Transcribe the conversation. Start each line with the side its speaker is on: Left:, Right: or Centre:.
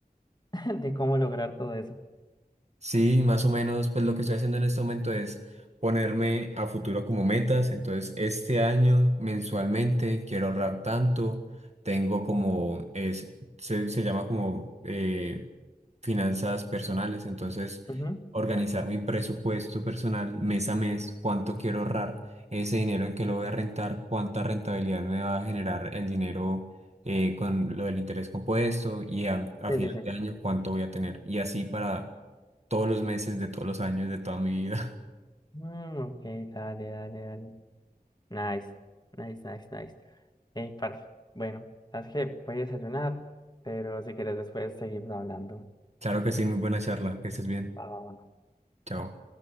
Left: <laughs> de cómo lograr todo eso?
Right: Sí, más o menos, pues lo que estoy haciendo en este momento es ponerme a futuro como metas. Entonces, este año mensualmente quiero ahorrar tanto. Tengo como, es, se, se llama como eh, finanzas personales. Entonces,
Left: Ujú.
Right: organizar mi presupuesto personal mes a mes, cuánto quiero ahorrar, ese dinero en que lo voy a rentar, cuánta rentabilidad me va a generar el dinero eh, con lo del interés compuesto y a, a
Left: Sí,
Right: final
Left: sí, sí.
Right: de año cuánto voy a tener. Y así para todos los meses, de todos los años, de toda mi vida. <laughs>
Left: Mm, ok, dale, dale, dale. Nice, nice, nice, nice. Ey, parce, bueno, sabes que voy a desayunar, pero si quieres después seguimos hablando.
Right: Claro que sí, muy buena charla, que estés bien.
Left: Va, va, va.
Right: Chao.